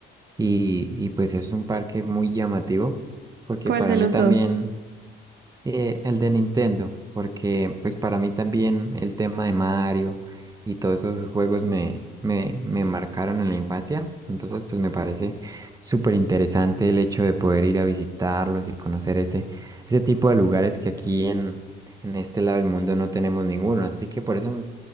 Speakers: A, on the right; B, on the right.
A: Y, y pues es un parque muy llamativo, porque
B: ¿Cuál
A: para
B: de
A: mí
B: los
A: también
B: dos?
A: eh, el de Nintendo, porque pues para mí también el tema de Mario y todos esos juegos me, me, me marcaron en la infancia, entonces pues me parece súper interesante el hecho de poder ir a visitarlos y conocer ese, ese tipo de lugares que aquí en, en este lado del mundo no tenemos ninguno, así que por eso